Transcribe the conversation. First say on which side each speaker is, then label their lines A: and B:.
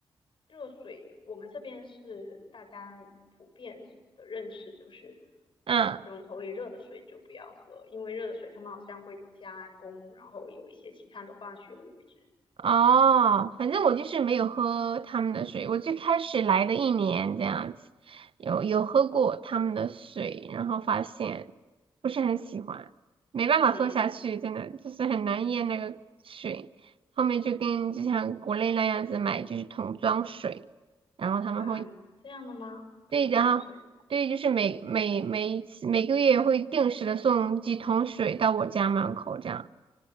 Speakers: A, on the left (about 55°); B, on the right (about 60°).
A: 热水，我们这边是大家普遍的认识，就是
B: 嗯，
A: 水龙头里热的水就不要喝，因为热的水他们好像会加工，然后有一些其他的化学物质。
B: 哦，反正我就是没有喝他们的水。我最开始来的一年这样子，有有喝过他们的水，然后发现不是很喜欢，没办法喝下去，
A: 嗯
B: 真的就是很难咽那个水。后面就跟就像国内那样子买就是桶装水。然后他们会
A: 啊，这样的吗？桶装水。
B: 对，的哈，对，就是每每每次每个月会定时的送几桶水到我家门口这样。